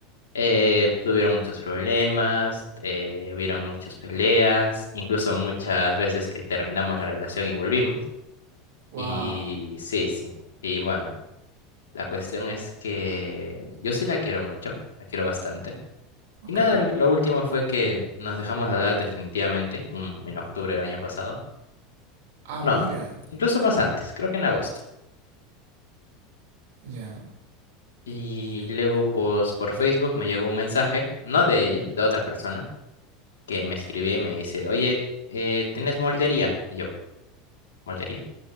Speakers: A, on the left; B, on the right.
A: eh, tuvieron muchos problemas, eh, hubieron muchas peleas, incluso muchas veces que terminamos la relación y volvimos.
B: Wow.
A: Y sí, sí. Y bueno, la cuestión es que yo sí la quiero mucho, la quiero bastante.
B: Ok.
A: Y nada, lo último fue que nos dejamos de hablar definitivamente un- en octubre del año pasado.
B: Ah,
A: No,
B: mira.
A: incluso más antes, creo que en agosto.
B: Ya.
A: Y luego, pues, por Facebook me llegó un mensaje, no de ella, de otra persona que me escribía y me dice, oye, eh, ¿tienes moldería? Y yo, ¿moldería?